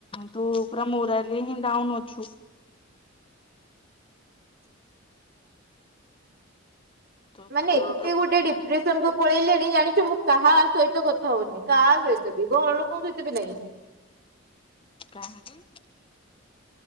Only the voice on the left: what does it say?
ତୁ ମୋରାଇଲେ ହିଁ ଡାଉନ ଅଛୁ ତୋ ଶରୀର
ଟା
କାହିଁକି